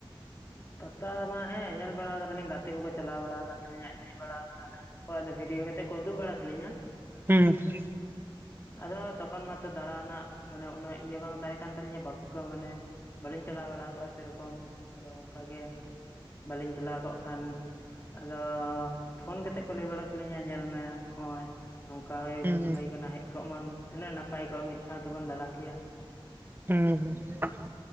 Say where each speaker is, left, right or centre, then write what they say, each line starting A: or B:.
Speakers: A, on the left; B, on the right.
A: ᱯᱟᱛᱟ ᱢᱟ ᱦᱮᱸ ᱧᱮᱞ ᱵᱟᱲᱟ ᱠᱟᱫᱟᱞᱤᱧ ᱜᱟᱛᱮ ᱠᱚᱠᱚ ᱪᱟᱞᱟᱣ ᱵᱟᱲᱟ ᱠᱟᱱᱟᱱ ᱛᱟᱹᱞᱤᱧᱟ ᱮᱱᱮᱡ ᱵᱟᱲᱟ ᱠᱟᱫᱟ ᱞᱮ ᱠᱚ ᱟᱫᱚ ᱵᱷᱤᱰᱭᱳ ᱠᱟᱛᱮ ᱠᱚ ᱩᱫᱩᱜ ᱵᱟᱲᱟ ᱠᱟᱹᱞᱤᱧᱟ᱾
B: ᱦᱩᱸ ᱦᱩᱸ᱾
A: ᱟᱫᱚ ᱛᱚᱠᱷᱚᱱ ᱢᱟᱛᱚ ᱫᱟᱬᱟ ᱨᱮᱱᱟᱜ ᱢᱟᱱᱮ ᱩᱱᱟᱹᱜ ᱤᱭᱟᱹ ᱵᱟᱝ ᱛᱟᱦᱮᱸ ᱠᱟᱱ ᱛᱟᱞᱤᱧᱟ ᱵᱟᱠᱠᱚ ᱢᱟᱱᱮ ᱵᱟᱹᱞᱤᱧ ᱪᱟᱞᱟᱣ ᱵᱟᱲᱟᱠᱜᱼᱟ ᱥᱮᱨᱚᱠᱚᱢ, ᱟᱫᱚ ᱚᱱᱠᱟᱜᱮ ᱵᱟᱹᱞᱤᱧ ᱪᱟᱞᱟᱣ ᱠᱚᱜ ᱠᱷᱟᱱ ᱟᱫᱚ ᱯᱷᱳᱱ ᱠᱟᱛᱮᱜ ᱠᱚ ᱞᱟᱹᱭ ᱵᱟᱲᱟ ᱠᱤᱞᱤᱧᱟ ᱧᱮᱞ ᱢᱮ ᱦᱚᱜᱼᱚᱭ ᱱᱚᱝᱠᱟ
B: ᱦᱩᱸ
A: ᱦᱳᱭ ᱟᱠᱟᱱᱟ ᱦᱮᱡ ᱠᱚᱜ ᱢᱟᱢ ᱛᱤᱱᱟᱹᱜ ᱱᱟᱯᱟᱭ ᱠᱚᱜᱼᱟ ᱢᱤᱫ ᱥᱟᱶ ᱛᱮᱵᱚᱱ ᱫᱟᱬᱟ ᱠᱮᱭᱟ᱾
B: ᱦᱩᱸ ᱦᱩᱸ᱾